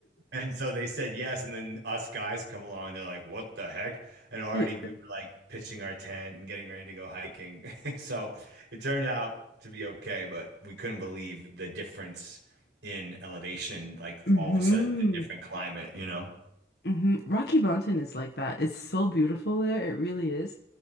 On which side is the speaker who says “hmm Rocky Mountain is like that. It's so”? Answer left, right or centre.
Left